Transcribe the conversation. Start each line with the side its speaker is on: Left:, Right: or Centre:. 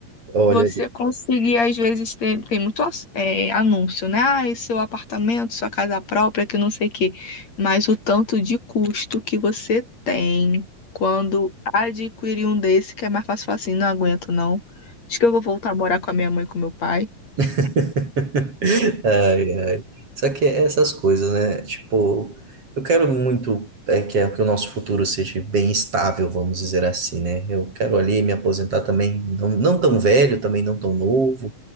Right: olha,
Left: você conseguir, às vezes, tem, tem muito ass- é, anúncio, né? Ah, esse seu apartamento, sua casa própria, que não sei o quê. Mas o tanto de custo que você tem quando adquirir um desse, que é mais fácil falar assim, não aguento, não. Acho que eu vou voltar a morar com a minha mãe e com meu pai.
Right: <laughs> Ai, ai. Só que é essas coisas, né? Tipo, eu quero muito é, que, é- que o nosso futuro seja bem estável, vamos dizer assim, né? Eu quero ali me aposentar também, não, não tão velho, também não tão novo.